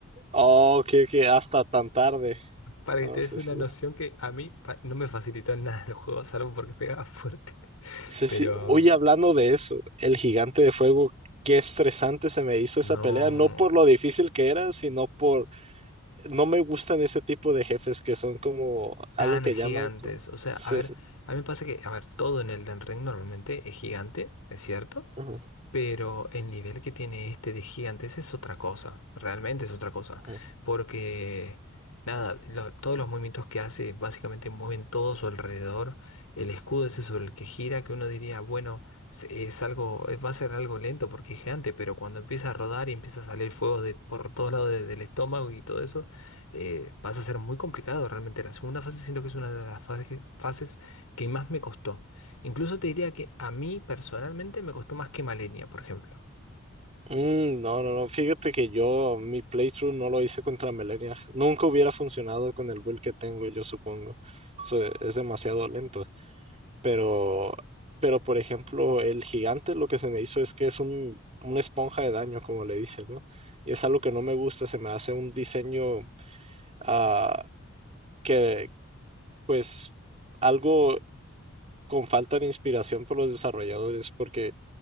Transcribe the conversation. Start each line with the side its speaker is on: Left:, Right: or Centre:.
Right: oh, que, que hasta tan tarde.
Left: Para
Right: No
Left: que te des
Right: sé
Left: una
Right: si.
Left: noción que a mí pa- no me facilitó en nada el juego, salvo porque pegaba fuerte. <laughs>
Right: Sí,
Left: Pero
Right: sí. Oye, hablando de eso, el gigante de fuego, qué estresante se me hizo
Left: no
Right: esa pelea, no por lo difícil que era, sino por, no me gustan ese tipo de jefes que son como
Left: tan
Right: algo que
Left: gigantes.
Right: llaman, como-
Left: O sea,
Right: sí,
Left: a ver,
Right: sí.
Left: a mí me pasa que, a ver, todo en Elden Ring normalmente es gigante, es cierto,
Right: Ujú,
Left: Pero el nivel que tiene este de gigantes es otra cosa, realmente es otra cosa,
Right: ujú.
Left: porque nada, lo- todos los movimientos que hace básicamente mueven todo a su alrededor, el escudo ese sobre el que gira, que uno diría, bueno, se- es algo, eh, va a ser algo lento porque es gigante, pero cuando empieza a rodar y empieza a salir fuego de, por todos lados de- del estómago y todo eso, eh, pasa a ser muy complicado realmente. La segunda fase siento que es una de las fases fases que más me costó. Incluso te diría que a mí personalmente me costó más que Malenia, por ejemplo.
Right: Mm, no, no, no, fíjate que yo mi playthrough no lo hice contra Melania, nunca hubiera funcionado con el build que tengo, yo supongo, So, es demasiado lento. Pero, pero por ejemplo, el gigante lo que se me hizo es que es un, una esponja de daño, como le dicen, ¿no? Y es algo que no me gusta, se me hace un diseño ah, que, pues, algo con falta de inspiración por los desarrolladores, porque